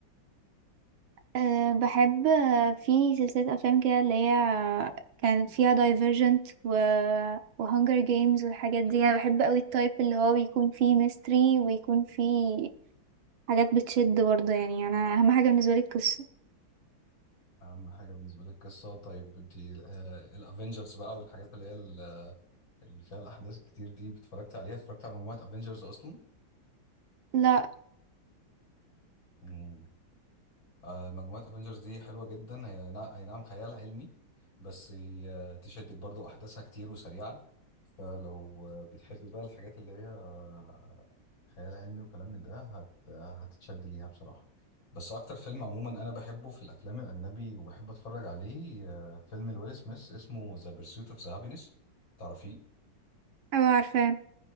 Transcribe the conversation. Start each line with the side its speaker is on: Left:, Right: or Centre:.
Right: أه بحب آه، في سلسلة أفلام كده اللي هي كانت فيها دايفرجنت و وهانجر جيمز والحاجات دي أنا بحب قوي التايب اللي هو بيكون فيه ميستري ويكون فيه حاجات بتشد برضه يعني أنا أهم حاجة بالنسبة لي القصة
Left: اهم حاجه بالنسبه لك قصه طيب انت الافنجرز بقى والحاجات اللي هي ال- اللي فيها الاحداث الكتير دي اتفرجت عليها اتفرجت على مجموعه افنجرز اصلا
Right: لا
Left: مم. آه، مجموعة افنجرز دي حلوة جدا هي نا- اي نعم خيال علمي بس هي آه، تشدك برضو احداثها كتير وسريعة فلو آه، بتحبي بقى الحاجات اللي هي آه، خيال علمي وكلام من ده هت... هتتشد ليها بصراحة بس اكتر فيلم عموما انا بحبه في الافلام الاجنبي وبحب اتفرج عليه آه، فيلم لويل سميث اسمه ذا بيرسوت اوف ذا هابينس تعرفيه
Right: أبقى عارفاه